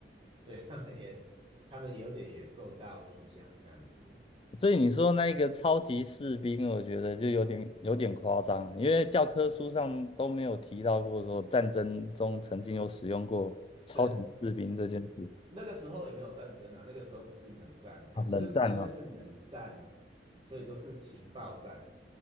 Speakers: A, on the right; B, on the left.
A: 所以他们也他们有点也受到影响这样子。
B: 所以你说那个超级士兵，我觉得就有点有点夸张了因为教科书上都没有提到过说战争中曾经有使用过超级士兵这件事
A: 的那个时候也没有战争啊，那个时候只是冷战。可是就是因为是冷战，
B: 啊，冷战啊，
A: 所以都是情报战，